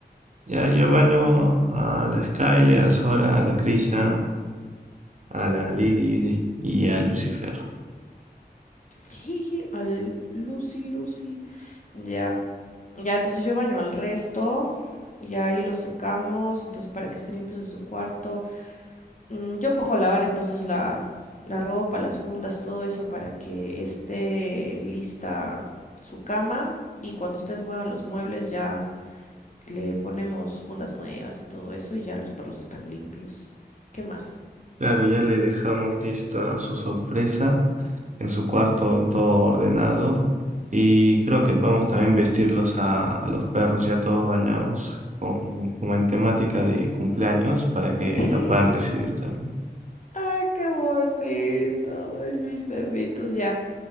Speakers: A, on the right (about 45°); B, on the left (about 45°).
A: Ya, yo baño a la Skyler, a Sora, a la Krisha, a la Lilith y a Lucifer.
B: <laughs> Jiji, al Lucy, Lucy. Ya. Ya, entonces yo baño al resto. Y ahí los secamos, entonces para que estén limpios en su cuarto. Mm, yo pongo a lavar entonces la, la ropa, las fundas, todo eso para que esté lista su cama. Y cuando ustedes muevan los muebles ya le ponemos fundas nuevas y todo eso y ya los perros están limpios. ¿Qué más?
A: Claro, ya le dejamos lista su sorpresa en su cuarto, todo ordenado. Y creo que podemos también vestirlos a, a los perros ya todos bañados con, como en temática de cumpleaños para que
B: <laughs>
A: la puedan recibir también.
B: ¡Ay, qué bonito! Ay, mis bebitos ya.